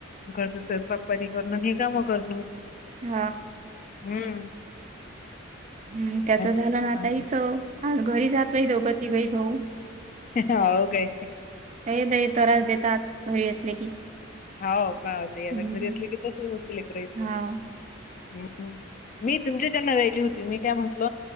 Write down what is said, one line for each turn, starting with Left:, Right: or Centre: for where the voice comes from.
Left: घरचं स्वयंपाक पनी करण हे कामं करणं.
Right: हा.
Left: हम्म.
Right: हं त्याचं झालं
Left: अच्छा.
Right: आता हीच आज घरी जातात दोघं तिघं भाऊ.
Left: हो काय
Right: हे लई त्रास देतात घरी असले की.
Left: हा
Right: हम्म.
Left: घरी असले की असाच असते लेकराचे.
Right: हाव.
Left: हम्म. मी तुमच्या च्यान राहिली होती मी काय म्हटल